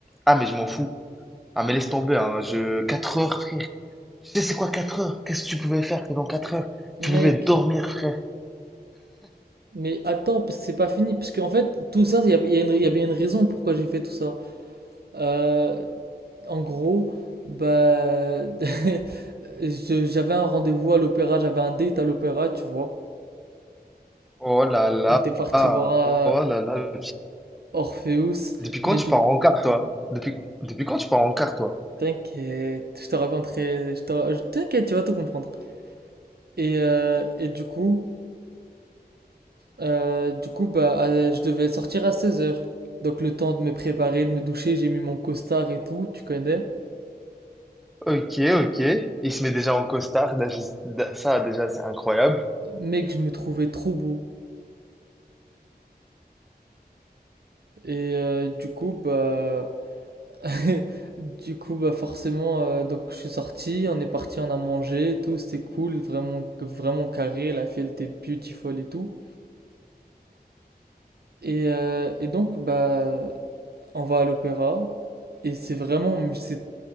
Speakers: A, in the centre; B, on the right.
A: Ah, mais je m'en fous. Ah, mais laisse tomber, hein, je... quatre heures, frère. Tu sais, c'est quoi 4 heures? Qu'est-ce que tu pouvais faire pendant 4 heures?
B: Mec,
A: Tu pouvais dormir, frère.
B: mais attends, parce que c'est pas fini. Parce qu'en fait, tout ça, il y a, il y a une- il y a bien une raison pourquoi j'ai fait tout ça. Euh, en gros, bah, <laughs> je- j'avais un rendez-vous à l'opéra, j'avais un date à l'opéra, tu vois.
A: Oh là là,
B: On était parti voir euh,
A: oh là là.
B: Orpheus,
A: Depuis quand
B: mais
A: tu
B: du
A: pars
B: coup,
A: en quart, toi? Depuis, depuis quand tu pars en quart, toi?
B: t'inquiète, je te raconterai, je te ra- je- t'inquiète, tu vas tout comprendre. Et, euh, et du coup, euh, du coup bah, euh, je devais sortir à seize heures, Donc le temps de me préparer, de me doucher, j'ai mis mon costard et tout, tu connais.
A: Ok, ok. Il se met déjà en costard, déjà- ça, déjà, c'est incroyable.
B: Mec, je me trouvais trop beau. Et euh, du coup, bah, <laughs> du coup, bah, forcément, euh, donc je suis sorti, on est parti, on a mangé et tout, c'était cool, vraiment, vraiment carré, la fille elle était beautiful et tout. Et, euh, et donc, bah, on va à l'opéra, et c'est vraiment, mais c'est